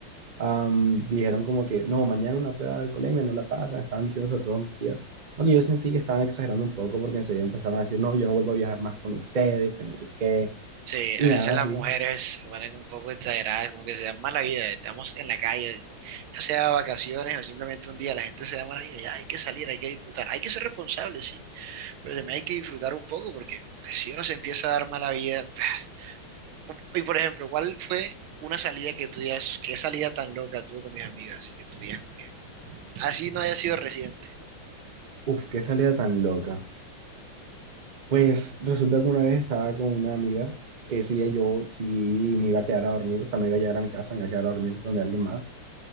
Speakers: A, on the right; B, on the right.
A: am, dijeron como que, no, mañana una prueba de alcoholemia, no la pasan, estaban diciendo sobre todo mis tías. Aunque yo sentí que estaban exagerando un poco porque enseguida empezaron a decir, no, yo no vuelvo a viajar más con ustedes, que no sé qué,
B: Sí,
A: y
B: a
A: nada
B: veces
A: así.
B: las mujeres se ponen un poco exageradas, como que se dan mala vida. Estamos en la calle, ya sea vacaciones o simplemente un día, la gente se da mala vida. Ya hay que salir, hay que disfrutar, hay que ser responsable, sí, pero también hay que disfrutar un poco porque si uno se empieza a dar mala vida. <sighs> Y por ejemplo, ¿cuál fue una salida que tú digas, qué salida tan loca tuve con mis amigas? Así que tú digas, como que así no haya sido reciente.
A: Uf, qué salida tan loca. Pues resulta que una vez estaba con una amiga que decía yo sí me iba a quedar a dormir, o sea, no iba a llegar a mi casa, me iba a quedar a dormir donde alguien más.